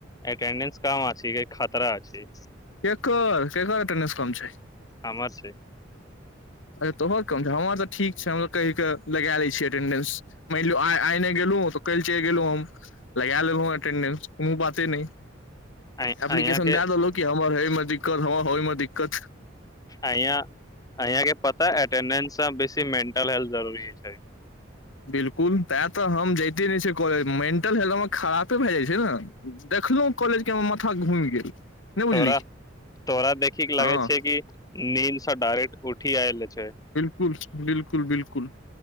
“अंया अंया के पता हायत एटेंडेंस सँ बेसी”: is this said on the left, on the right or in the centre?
Left